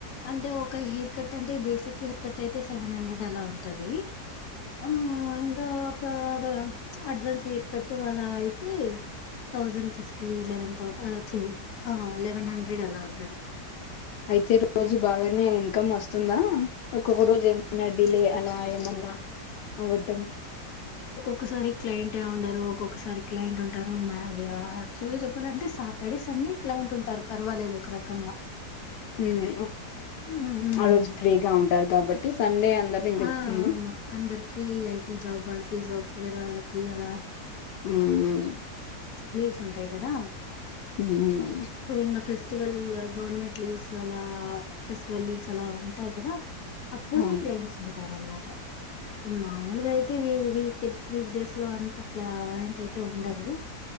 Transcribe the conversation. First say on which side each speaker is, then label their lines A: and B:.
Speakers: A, on the left; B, on the left.
A: అంటే ఒక హెయిర్ కట్ అంటే బేసిక్ కేర్ కట్ అయితే సెవెన్ హండ్రెడ్ అలా ఉంటది. ఆహ్ ఇంకా <unintelligible> అడ్వాన్స్ ఎయిర్కట్టు అలా అయితే థౌజండ్ ఫిఫ్టీ లెవెన్ తో ఆ తు ఆ లెవెన్ హండ్రెడ్ అలా ఉంటది
B: అయితే రోజు బాగానే ఇన్కమ్ వస్ తుం దా ఒక్కొక్క రోజు ఏమన్నా డిలే అలా ఏమన్నా అవ్వటం
A: ఒక్కసారి క్లయింటే ఉండరు ఒక్కొక్కసారి క్లయింట్ ఉంటారు. మే ఆ యాక్చువల్ గా చెప్పాలంటే సాటర్డే సండే క్లైంట్ ఉంటారు పర్వాలేదు ఒక రకంగా
B: హ్మ్
A: హ్మ్. హ్మ్.
B: ఆ అ రోజు ఫ్రీగా ఉం డరు కాబట్టి సండే అందరు ఇంటి
A: ఆ
B: ఉమ్
A: అవును అందర్కి ఐటి జాబ్ వల్ కి సాఫ్ట్వేర్ వాళ్ళకి అల
B: హ్మ్
A: లీవ్స్ ఉంటాయి గదా
B: <unintelligible>
A: సో ఇంగ ఫెస్ స్టివల్ గవర్నమెంట్ లీవ్స్ అలా ఫెస్టివల్ లీవ్స్ అలా ఉంటాయి కదా అప్పుడు
B: అవును
A: క్లైంట్స్ ఉంటారన్నమా త మామూలుగా అయితే వి వీక్ వీక్ డేస్ లో అంత క్లైంట్ అయితే ఉండరు